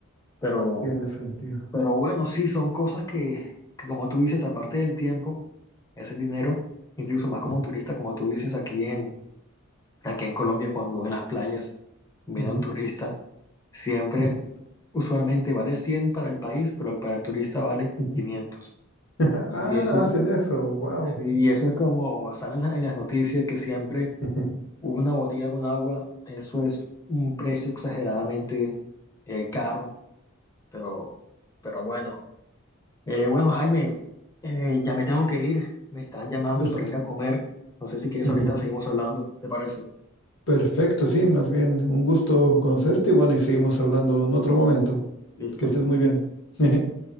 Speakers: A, on the left; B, on the left.
A: Pero,
B: Tiene sentido.
A: pero bueno, sí, son cosas que, que como tú dices, aparte del tiempo, ese dinero, incluso más como
B: Ujú,
A: turista, como tú dices, aquí en, aquí en Colombia, cuando en las playas viene
B: ujú,
A: un turista, siempre,
B: ujú,
A: usualmente vale 100 para el país, pero para el turista vale
B: ujú.
A: quinientos
B: <laughs>
A: Y
B: Ah,
A: eso, es-
B: hacen eso, wow.
A: sí, eso es como salen en la- en las noticias que siempre
B: <laughs>
A: una botella con agua, eso es un precio exageradamente eh, caro, pero, pero bueno. Eh, bueno, Jaime, eh, ya me tengo que ir. Me están llamando
B: Perfecto.
A: para ir a comer. No sé si quieres
B: Ujú.
A: ahorita seguimos hablando. ¿Te parece?
B: Perfecto, sí, más bien un gusto conocerte y bueno, y seguimos hablando en otro momento.
A: Listo.
B: Que estés muy bien. <laughs>